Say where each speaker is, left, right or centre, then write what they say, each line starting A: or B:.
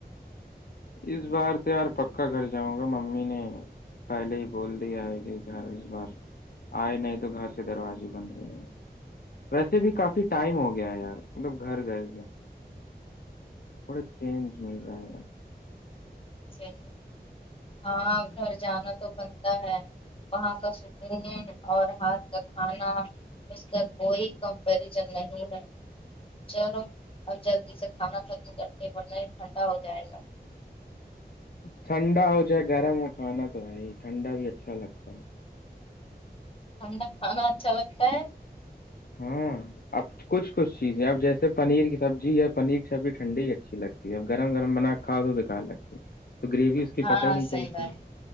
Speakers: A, on the left (about 60°); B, on the left (about 30°).
A: اس بار تو یار پکا گھر جاؤں گا ممی نے پہلے ہی بول دیا ہے کہ گھر اس بار آئے نہیں تو گھر سے دروازے بند ہو جیں گے ویسے بھی کافی ٹائم ہو گیا ہے یار مطلب گھر گھر گئے تھوڑا چینج مل جائے گا
B: صیح ہاں گھر جانا تو بنتا ہے وہاں کا سٹریین اور ہاتھ کا کھانا اس کا کوئی کمپریزن نہیں ہے چلو اب جلدی سے کھانا تھکم کر کے ورنہ ہی ٹھنڈا ہو جائے گا
A: ٹھنڈا ہو جائے گرم ہو کھانا تو بھائی ٹھنڈا بھی اچھا لگتا ہے
B: ٹھنڈا کھانا اچھا لگتا ہے
A: ہاں آپ کچ کچھ چیزیں اب جیسے پنیر کی سبزی ہے پنیر کی سبزی ٹھنڈی ہی اچھی لگتی اب گرم گرم بنا کے کھا تو بیکار لگتی تو گریوی اس کی
B: ہاں
A: پت ہی نہیں
B: صحیح
A: چلتی
B: بات
A: ہے